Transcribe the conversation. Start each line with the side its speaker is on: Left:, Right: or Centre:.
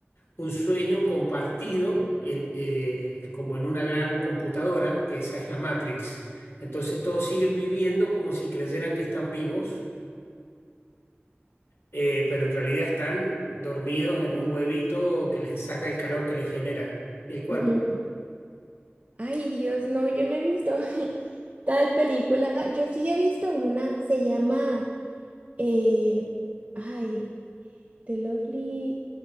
Left: un sueño compartido en, eh, como en una gran computadora, que esa es la Matrix. Entonces todos siguen viviendo como si creyeran que están vivos, eh, pero en realidad están dormidos en un huevito que les saca el calor que les genera el cuerpo.
Right: Ujú. Ay, Dios, no, yo no he visto. <laughs> Tal película, yo sí he visto una, se llama, eh, ay, The Lovely.